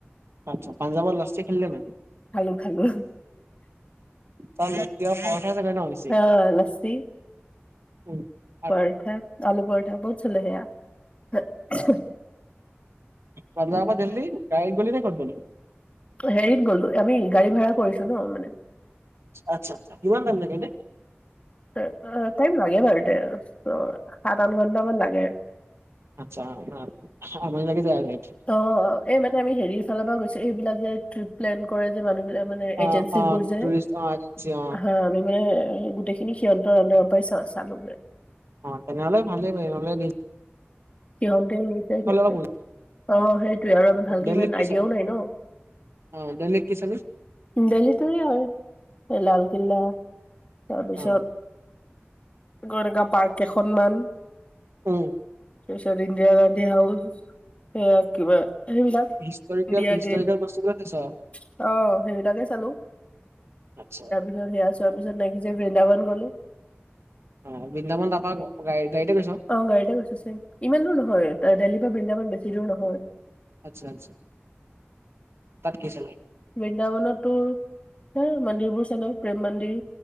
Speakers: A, on the right (about 70°); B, on the left (about 30°).
A: আচ্ছা, পাঞ্জাবৰ লচ্ছি খালিনে নাই?
B: খালোঁ-খালোঁ।
A: তাত লচ্চি আৰু পৰথাই চাগে ন বেছি?
B: অ', লচ্চি।
A: ক <inaudible>
B: পৰঠা, আলু পৰঠা বহুত চলে সেয়া।
A: পঞ্জাবৰ দিল্লী গাড়ীত গ'লি নে ক'ত গ'লি?
B: হেৰিত গ'লোঁ, আমি গঢি ভাড়া কৰিছোঁ ন' মানে।
A: আচ্ছা-আচ্ছা। কিমান দাম <unintelligible> এনেই?
B: অ, টাইম লাগে বাৰু দেই অ, সাত, আঠ ঘন্টামান লাগে।
A: আচ্ছা। মানে আমনি লাগি যাই গঢ়িত?
B: অ', এই মানে আমি হেৰিৰ ফালৰ পৰা গৈছিলোঁ, এইবিলাক যে ট্ৰিপ- প্লেন কৰে যে মানুহ বিলাকে মানে
A: অ
B: এজেন্সী
A: অ
B: বোৰ যে?
A: টুৰিষ্ট অ এজেঞ্চি অ
B: হা আমি মানে গোটেইখিনি সিহঁতৰ আন্দাৰৰ পৰাই চা চালোঁ গৈ।
A: অ', তেনেহ'লে ভালেই বাৰু নহলে নিজ
B: <unintelligible> নিচে সিহঁতে
A: অলপ
B: <unintelligible> আৰু আমাৰ ভালকে
A: দিল্লীত
B: ইমান
A: কি
B: আইডিয়াও
A: চালি
B: নাই ন?
A: অ দিল্লীত কি চালি
B: দিল্লী <unintelligible> লালকিল্লা তাৰপিছত,
A: অ
B: আকৌ এনেকুৱা পাৰ্ক কেইখনমান।
A: উম।
B: তাৰ পিছত ইন্দিৰা গান্ধী হাউচ, সেয়াই কিবা সেইবিলাক,
A: হিষ্টৰিকেল
B: ইণ্ডিয়া
A: হিষ্টৰিকেল
B: গেট, অ',
A: বস্তুবিলাক চাইছ
B: সেইবিলাকে চালোঁ।
A: আচ্ছা।
B: ইয়া চোৱাৰ পিছত নেক্সট দে বৃন্দাবন গ'লোঁ।
A: অ', বৃন্দাবন তাৰ পৰা গাড়ীতে গৈছ?
B: অ', গাড়ীতে গৈছোঁ চেম, ইমান দূৰ নহয় তাৰ দিল্লী পৰা বৃন্দাবন বেছি দূৰ নহয়।
A: আচ্ছা-আচ্ছা। তা'ত কি চালি?
B: বৃন্দাবনতো টোৰ সেই মন্দিৰবোৰ চালোঁ, প্ৰেম মন্দিৰ,